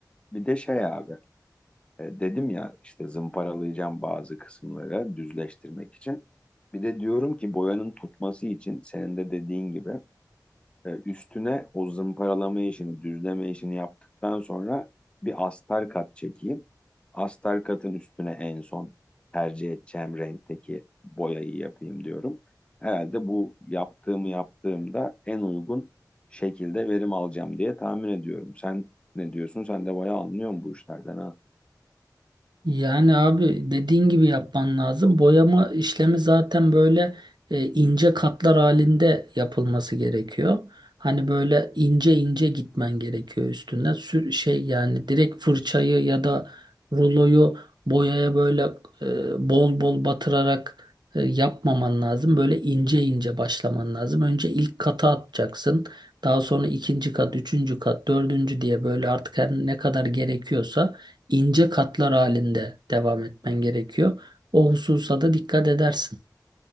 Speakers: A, on the left; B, on the right.
A: Bir de şey abi e, dedim ya işte zımparalayacağım bazı kısımları düzleştirmek için. Bir de diyorum ki boyanın tutması için senin de dediğin gibi e, üstüne o zımparalama işini, düzleme işini yaptıktan sonra bir astar kat çekeyim. Astar katın üstüne en son tercih edeceğim renkteki boyayı yapayım diyorum. Herhalde bu yaptığımı yaptığımda en uygun şekilde verim alacağım diye tahmin ediyorum. Sen ne diyorsun? Sen de bayağı anlıyorsun bu işlerden ha.
B: Yani abi dediğin gibi yapman lazım. Boyama işlemi zaten böyle e, ince katlar halinde yapılması gerekiyor. Hani böyle ince ince gitmen gerekiyor üstünde. Sür, şey yani direkt fırçayı ya da ruloyu boyaya böyle e, bol bol batırarak e, yapmaman lazım. Böyle ince ince başlaman lazım. Önce ilk kata atacaksın. Daha sonra ikinci kat, üçüncü kat, dördüncü diye böyle artık her ne kadar gerekiyorsa ince katlar halinde devam etmen gerekiyor. O hususa da dikkat edersin.